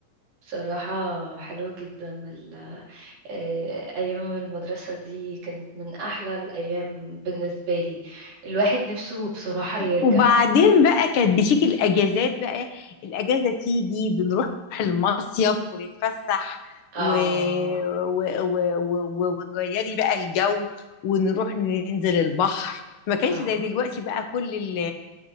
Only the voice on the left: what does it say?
وبعدين بقى كانت بتيجي الاجازات بقى الاجازه تيجي بنروح المصيف ونتفسح
و... و... و... و... و... وتغيري بقى الجو ونروح ننزل البحر ما كانش
زي دلوقتي بقى كل ال...